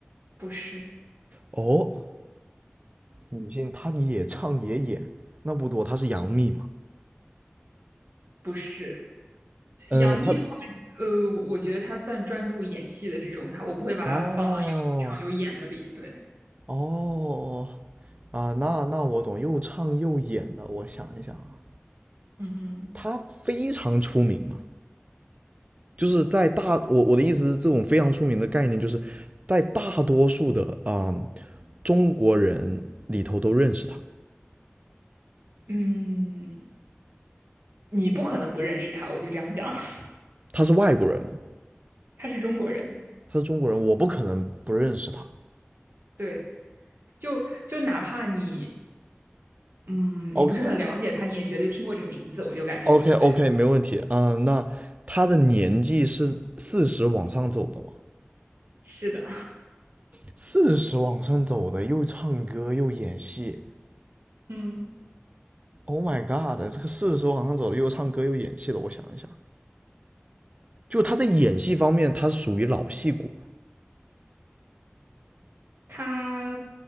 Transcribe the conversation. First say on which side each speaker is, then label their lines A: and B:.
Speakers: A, on the right (about 60°); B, on the right (about 35°).
A: 不是
B: 哦，女性他也唱也演，那不多，他是杨幂嘛？
A: 不是，
B: 呃，
A: 杨幂的话，
B: 他
A: 呃，我觉得她算专注演戏的这种，她我不会把她放到有唱有演的里，
B: 哦
A: 对，
B: 哦啊，那那我懂，又唱又演的，我想一想啊，
A: 嗯嗯。
B: 他非常出名嘛，就是在大我我的意思是，这种非常出名的概念，就是在大多数的啊、嗯中国人里头都认识他。
A: 嗯，你不可能不认识他，我就这样讲，<laughs>
B: 他是外国人嘛，
A: 他是中国人，
B: 他是中国人，我不可能不认识他。
A: 对，就就哪怕你，嗯，你不是很了解他，
B: OK
A: 你也绝对听过这个名字，我就敢说，
B: OK OK，
A: 对，
B: 没问题。嗯，那他的年纪是四十往上走的嘛？
A: 是的，
B: 四十往上走的，又唱歌又演戏。
A: <laughs> 嗯，
B: Oh my god！这个四十往上走的，又唱歌又演戏的，我想一想，就他在演戏方面，他属于老戏骨。
A: 他